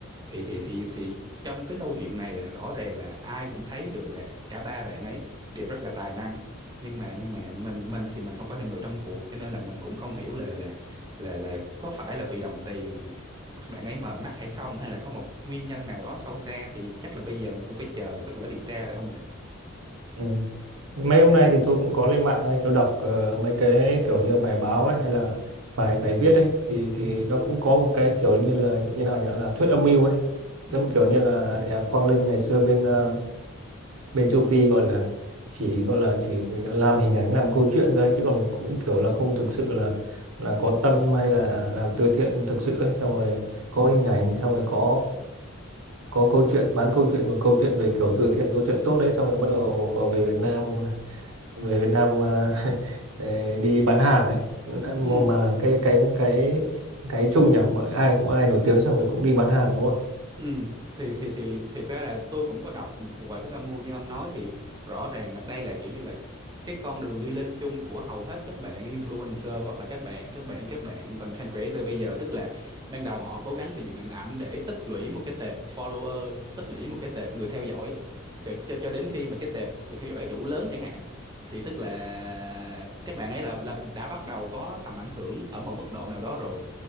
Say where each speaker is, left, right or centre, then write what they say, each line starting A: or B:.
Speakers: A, on the right; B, on the right.
A: thì thì thì thì trong cái câu chuyện này là rõ ràng là ai cũng thấy được là cả ba bạn ấy đều rất là tài năng nhưng mà nhưng mà mình mình thì mình không phải là người trong cuộc cho nên là mình cũng không hiểu là là là là có phải là vì đồng tiền các bạn ấy mờ mắt hay không hay là có một nguyên nhân nào đó sâu xa thì chắc là bây giờ mình cũng phải chờ kết quả điều tra thôi ông nhỉ
B: Ừ. Mấy hôm nay thì tôi cũng có lên mạng ấy, tôi đọc ờ, mấy cái kiểu như bài báo ấy hay là bài bài viết ấy thì thì nó cũng có một cái kiểu như là như nào nhỉ là thuyết âm mưu ấy
A: ừ
B: giống kiểu như là nhà Quang Linh ngày xưa bên ờ, bên châu Phi gọi là chỉ gọi là chỉ làm hình ảnh làm câu chuyện thôi ấy, chứ còn cũng kiểu là không thực sự là là có tâm hay là làm từ thiện thực sự ấy xong rồi có hình ảnh xong rồi có có câu chuyện bán câu chuyện một câu chuyện về kiểu từ thiện câu chuyện tốt đấy xong rồi bắt đầu về Việt Nam về Việt Nam mà <laughs> ờ, đi bán hàng ấy mà,
A: ừ
B: mà cái cái cái cái chung nhỉ mọi ai cũng ai nổi tiếng xong rồi cũng đi bán hàng đúng không
A: Ừ, thì thì thì thiệt ra là tôi cũng có đọc một vài thuyết âm mưu như ông nói thì rõ ràng là đây là kiểu như là cái con đường đi lên chung của hầu hết các bạn influencer hoặc là các bạn các bạn các bạn content creator bây giờ tức là ban đầu họ cố gắng xây dựng hình ảnh để tích lũy một cái tệp follower tích lũy một cái tệp người theo dõi cho cho cho đến khi mà cái tệp người theo dõi đủ lớn chẳng hạn thì tức là các bạn ấy là, là đã bắt đầu có tầm ảnh hưởng ở một mức độ nào đó rồi